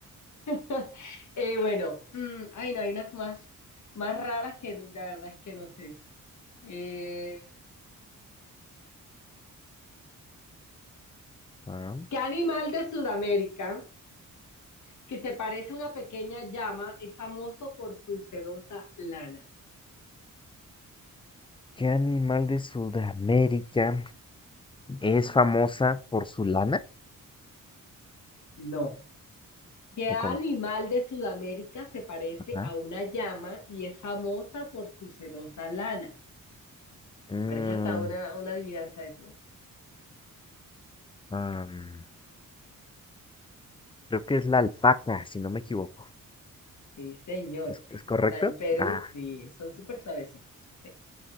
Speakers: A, on the left (about 60°); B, on the left (about 15°).
A: <laughs> Eh, bueno, mm, ay no, hay unas más, más raras que la verdad es que no sé. Eh,
B: Ah,
A: ¿qué animal de Sudamérica que se parece a una pequeña llama es famoso por su sedosa lana?
B: ¿Qué animal de Sudamérica es famosa por su lana?
A: No. ¿Qué
B: ¿O
A: animal
B: cómo?
A: de Sudamérica se parece
B: Ajá.
A: a una llama y es famosa por su sedosa lana?
B: Mm,
A: Parece hasta una, una adivinanza eso.
B: am, creo que es la alpaca, si no me equivoco.
A: Sí, señor.
B: ¿Es, es correcto?
A: Está en Perú,
B: Ah,
A: sí, son súper suavecitos.